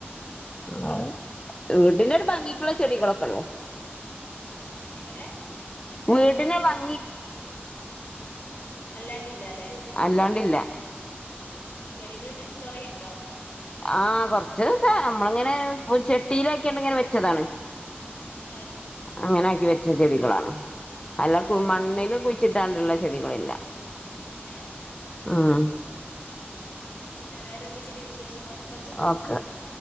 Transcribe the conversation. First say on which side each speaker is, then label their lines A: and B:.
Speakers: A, on the left; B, on the left.
A: <unintelligible> വീട്ടിലൊരു ഭംഗിക്കുള്ള ചെടികളൊക്കെ ഉള്ളൂ
B: എങ്ങനെ
A: വീട്ടിനാഭംഗി
B: അല്ലാണ്ടില്ല ല്ലേ
A: അല്ലാണ്ടില്ല
B: ഉം ചെടികൾ മീൻസ് കൊറെ ഇണ്ടോ?
A: ആഹ കൊറച്ച്ഒക്കെ നമ്മളിങ്ങനെ പൂ ചെ ചെട്ടിലാക്കിയാണ്ട് ഇങ്ങനെ വെച്ചതാണ്
B: ഏ
A: അങ്ങനെ ആക്കി വെച്ച ചെടികളാണ്
B: അല്ലാണ്ട്
A: അല്ല കു
B: വേറൊന്നുമില്ല
A: മണ്ണില് കുഴിച്ചിട്ടാണ്ടുള്ള
B: അട്ടിങ്ങി
A: ചെടികളില്ല
B: നിക്ക് ഏ
A: ഉം
B: പിന്നെ വേറെന്തൊക്കെണ്ട് വിശേഷങ്ങൾ കൊ
A: ഓക്കെ